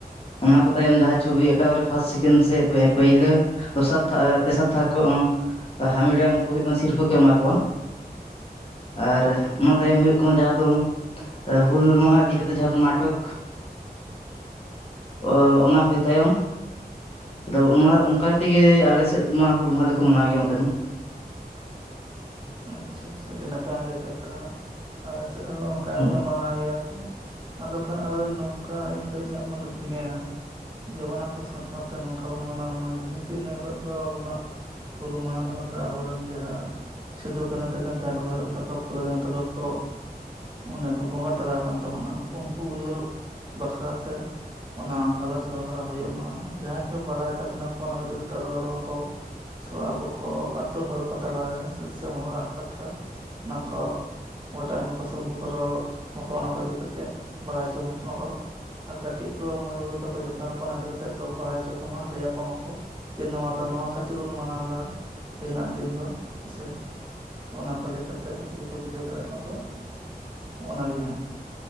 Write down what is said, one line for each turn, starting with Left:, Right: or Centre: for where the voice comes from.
Left: ᱚᱱᱟ ᱠᱚ ᱛᱟᱭᱚᱢ ᱡᱟᱦᱟᱸᱭ ᱪᱷᱚᱵᱤ ᱟᱠᱟᱣᱟᱱ ᱨᱮ ᱯᱷᱟᱥᱴ ᱥᱮᱠᱮᱱᱰ ᱥᱮ ᱯᱟᱹᱭᱞᱟᱹ ᱫᱚᱥᱟᱨ ᱛᱷᱟᱨ ᱛᱮᱥᱟᱨ ᱛᱷᱟᱨ ᱠᱚ ᱦᱟᱢᱮᱴᱟ ᱩᱱᱠᱩ ᱦᱳᱭᱳᱜ ᱠᱟᱱᱟ ᱥᱤᱨᱯᱟᱹ ᱠᱚ ᱮᱢᱟ ᱠᱚᱣᱟ᱾ ᱟᱨ ᱚᱱᱟ ᱛᱟᱭᱚᱢ ᱦᱩᱭᱩᱜ ᱠᱟᱱᱟ ᱡᱟᱦᱟᱸ ᱫᱚ ᱦᱩᱞ ᱢᱟᱦᱟ ᱤᱫᱤ ᱠᱟᱛᱮᱜ ᱡᱟᱦᱟᱸ ᱫᱚ ᱢᱟᱭᱴᱚᱠ ᱚ ᱚᱱᱟ ᱦᱩᱭ ᱛᱟᱭᱚᱢ ᱫᱚ ᱚᱱᱟ ᱚᱱᱠᱟ ᱠᱟᱛᱮᱜ ᱜᱮ ᱟᱞᱮ ᱥᱮᱫ ᱢᱟ ᱦᱩᱞ ᱢᱟᱦᱟ ᱫᱚᱠᱚ ᱢᱟᱱᱟᱣ ᱜᱮᱭᱟ ᱚᱱᱛᱮ ᱢᱟ
Right: ᱟᱪᱪᱷᱟ ᱟᱪᱪᱷᱟ ᱟᱹᱰᱤ ᱱᱟᱯᱟᱭ ᱮᱢ ᱞᱟᱹᱭ ᱠᱮᱫ ᱛᱟᱞᱟᱝᱼᱟ, ᱟᱞᱮ ᱥᱮᱫ ᱦᱚᱸ ᱚᱱᱠᱟ ᱜᱮᱠᱚ
Left: ᱦᱳᱭ
Right: ᱢᱟᱱᱟᱣ ᱜᱮᱭᱟ ᱠᱚ᱾ ᱟᱫᱚ ᱠᱷᱟᱱ ᱟᱨ ᱱᱚᱝᱠᱟ ᱮᱱᱛᱮ ᱤᱧᱟᱹᱜ ᱢᱚᱱᱮᱼᱼ ᱛᱤᱧ ᱢᱮᱱᱟ ᱡᱮ ᱚᱱᱟ ᱠᱚ ᱥᱟᱶ ᱥᱟᱶᱛᱮ ᱱᱚᱝᱠᱟ ᱵᱚᱱ ᱢᱟᱱᱟᱣ ᱢᱟ ᱡᱮ ᱦᱮᱛᱩ ᱤᱱᱟᱹ ᱦᱤᱞᱳᱜ ᱫᱚ ᱟᱵᱚᱱᱟᱜᱼᱼ ᱦᱩᱞ ᱢᱟᱦᱟ ᱠᱟᱱᱟ ᱥᱮ ᱟᱵᱚ ᱨᱮᱱ ᱡᱟᱦᱟᱸᱼᱼ ᱥᱤᱫᱩ ᱠᱟᱹᱱᱩ ᱛᱤᱠᱤᱱ ᱪᱟᱸᱫᱽ ᱵᱷᱚᱭᱨᱚᱵ ᱛᱮᱠᱚ ᱯᱷᱩᱞᱳ ᱡᱷᱟᱱᱚ ᱛᱮᱠᱚ ᱠᱚᱼᱼ ᱚᱱᱮ ᱠᱚ ᱵᱚᱸᱜᱟ ᱛᱟᱞᱟ ᱟᱠᱟᱱ ᱛᱟᱵᱚᱱᱟ ᱩᱱᱠᱩ ᱩᱭᱦᱟᱹᱨ ᱵᱟᱠᱷᱨᱟ ᱛᱮᱼᱼ ᱚᱱᱟ ᱜᱟᱞᱚᱪ ᱜᱟᱞᱢᱟᱨᱟᱣ ᱦᱩᱭᱩᱜ ᱢᱟ ᱡᱟᱦᱟᱸᱭ ᱠᱚ ᱵᱟᱲᱟᱭ ᱛᱟᱵᱚᱱᱟ ᱠᱚ ᱚᱱᱟ ᱠᱚ ᱤᱫᱤ ᱠᱟᱛᱮ ᱨᱚᱲ ᱢᱟᱠᱚ᱾ ᱥᱚ ᱟᱵᱚ ᱠᱚ ᱟᱹᱛᱩ ᱦᱚᱲ ᱠᱚ ᱛᱟᱞᱟᱨᱮ ᱥᱮ ᱫᱤᱥᱚᱢ ᱦᱚᱲᱟᱜ ᱠᱟᱛᱷᱟ ᱚᱱᱟ ᱠᱚᱼᱼ ᱜᱚᱴᱟᱭ ᱢᱟᱠᱚ ᱥᱮ ᱩᱱᱠᱩ ᱠᱚ ᱨᱚᱲ ᱢᱟᱠᱚ ᱚᱱᱟ ᱠᱚ ᱤᱫᱤ ᱠᱟᱛᱮᱫ ᱵᱟᱲᱟᱭ ᱦᱚᱪᱚ ᱵᱚᱱ ᱢᱟᱠᱚ᱾ ᱟᱨ ᱠᱟᱹᱴᱤᱡ ᱠᱚ ᱢᱟᱹᱭ ᱵᱟᱹᱵᱩ ᱛᱟᱠᱚ ᱡᱚᱛᱚ ᱦᱚᱲ ᱠᱚ ᱚᱱᱟ ᱤᱫᱤ ᱠᱟᱛᱮᱫ ᱠᱚ ᱵᱟᱲᱟᱭ ᱪᱚ ᱠᱚᱢᱟ ᱞᱟᱹᱭ ᱟᱠᱚ ᱢᱟᱠᱚ᱾ ᱡᱮ ᱱᱚᱣᱟ ᱫᱚ ᱱᱚᱣᱟ ᱠᱷᱟᱹᱛᱤᱨ ᱵᱚᱱ ᱢᱟᱱᱟᱣ ᱫᱟ ᱛᱮᱦᱮᱧᱟᱜ ᱫᱤᱱ ᱫᱚ᱾ ᱥᱮ ᱚᱱᱟ ᱠᱚ ᱞᱟᱹᱭ ᱠᱟᱛᱮ ᱩᱱᱠᱩ ᱡᱟᱛᱮ ᱵᱩᱡᱷᱟᱹᱣ ᱫᱟᱲᱮᱭᱟᱜ ᱢᱟᱠᱚ ᱚᱱᱟᱜᱮ ᱦᱟᱸᱜ᱾